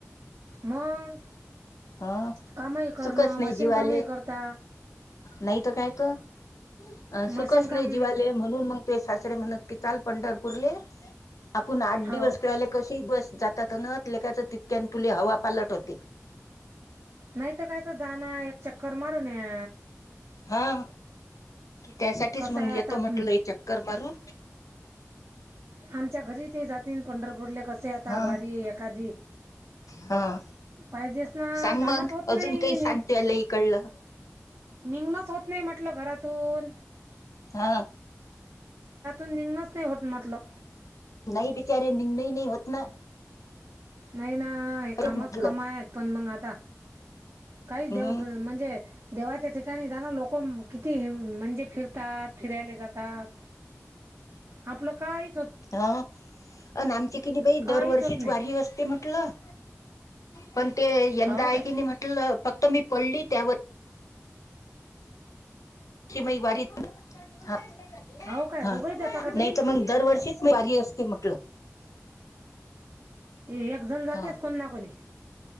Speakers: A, on the right; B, on the left.
A: मग
B: हा
A: कामही करणं
B: सुखच नाही
A: मशीन
B: जीवाले
A: कामही करता.
B: नाही तर काय त. अ सुखस
A: मशीन
B: नाही
A: काम
B: जीवाले म्हणून मग ते सासरे म्हणत की चाल पंढरपूरले. आपण आठ
A: हो
B: दिवस पळाला कसे बस. जातात नत लेकायच तितक्या तुले हवा पालट होते
A: नाहीत काय तर जाण एक चक्कर मारून या
B: हा त्यासाठीच
A: कसं
B: मग
A: आहे
B: येतो
A: आता
B: म्हटलं
A: हं,
B: चक्कर मारून
A: आमच्या घरी ते जातीलन पंढरपूरले कसे आता
B: हा
A: वारी आहे एखादी
B: हा
A: पाहिजेच ना
B: सांग
A: जाणच
B: मग
A: होत
B: अजून
A: नाही
B: काही सांग
A: मी
B: त्याला इकडलं
A: निघणच होत नाही म्हटलं घरातून
B: हा
A: निघनच नाही होत म्हटलं
B: नाही बिचारे निघन नाही होत ना
A: नाही ना हे
B: तेच
A: कामच
B: म्हटलं
A: कामा आहेत पण मग आता काही
B: हम्म
A: देऊ म्हणजे देवाच्या ठिकाणी जाण लोक किती म्हणजे फिरतात फिरायला जातात आपलं काय
B: हा आणि आमची कि नाही बाई
A: काहीच
B: दरवर्षीच
A: होत नाही
B: वारी असते म्हटलं पण ते यंदा
A: हो
B: आहे
A: काय
B: की नाही म्हटलं फक्त मी पडली त्यावर कि म वारीत ह
A: हो काय
B: हा
A: दोघंही
B: नाही
A: जाता का तुम्ही
B: तर मग दरवर्षी म व्य असते म्हटलं
A: एक जण जातेच
B: हा
A: कोणी ना कोणी